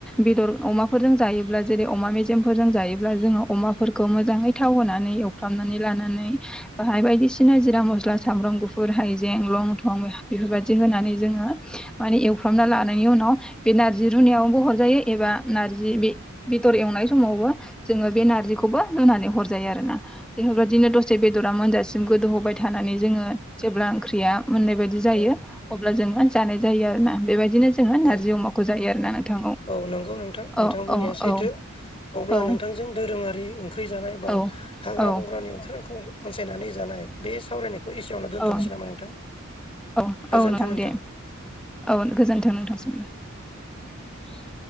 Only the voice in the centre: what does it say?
बेदर अमा फोरजों जायोब्ला जेरै अमा मेजेमफोरजों जायोब्ला जोङो अमाफोरखौ मोजाङै थाव होनानै एवफ्रामनानै ला‌ होनानै बाहाय बायदिसिना जिरा मस्ला सामब्राम गुफुर हायजें लं थं बेफोर बायदि होना नै जोङो माने एवफ्रना लानायनि उनाव बे नारजि रुनायबो हरजायो एबा नारजि बे बेदर एवनाय समावबो जोङो बे नारजिखौबो रुनानै हर जायो आरोना बेफोरबायदि बिदिनो दसे बेदरा मोनजासिम गोदौहोबाय थानानै जोङो जेब्ला ओंख्रिया मोननाय बायदि जायो
अब्ला जोङो जानाय जायो आरोना बेबायदिनो जोङो
नारजि अमाखौ जायो आरोना नोंथां।
औ
औ
औ
औ
औ
औ
औ
औ
औ
दे औ गोजोन्थों नोंथांसिमबो।